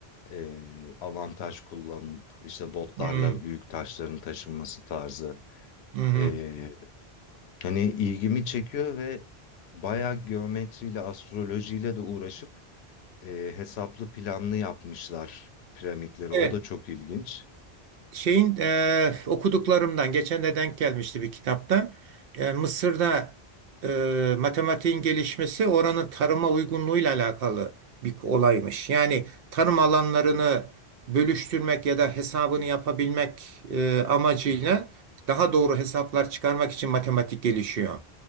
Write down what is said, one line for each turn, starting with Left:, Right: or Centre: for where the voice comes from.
Left: eee avantaj kullanıp işte botlarla
Right: hmm,
Left: büyük taşların taşınması tarzı.
Right: hmm.
Left: Eee, hani ilgimi çekiyor ve bayağı geometriyle astrolojiyle de uğraşıp e, hesaplı planlı yapmışlar piramitleri.
Right: Evet.
Left: O da çok ilginç.
Right: Şeyin eee, okuduklarımdan geçen de denk gelmişti bir kitapta. Eee, Mısır'da eee, matematiğin gelişmesi oranın tarıma uygunluğuyla alakalı bir olaymış. Yani tarım alanlarını bölüştürmek ya da hesabını yapabilmek eee, amacıyla
Left: Hı hı.
Right: daha doğru hesaplar çıkarmak için matematik gelişiyor.